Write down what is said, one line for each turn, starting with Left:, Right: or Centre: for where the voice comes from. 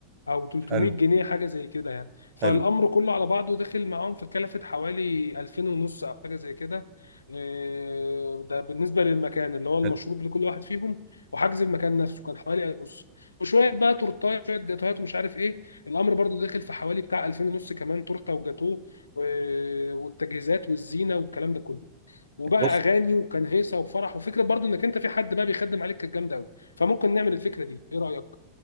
Left: او 300
Right: حلو
Left: جنيه حاجه زي كده يعني فالامر
Right: حلو
Left: كله على بعضه دخل معاهم فكلفت حوالي 2000 ونص او حاجه زي كده إيه، ده بالنسبه للمكان اللي هو المشروب
Right: حلو
Left: لكل واحد فيهم وحجز المكان نفسه كان حوالي 1000 ونص وشويه بقى تورتايه شويه جاتوهات ومش عارف ايه الامر برضو دخل في حوالي بتاع 2000 ونص كمان تورته وجاتوه و- والتجهيزات والزينه والكلام ده كله وبقى
Right: بص
Left: اغاني وكان هيصه وفرح وفكره برضو انك انت في حد بقى بيخدم عليك كانت جامده قوي فممكن نعمل الفكره دي ايه رايك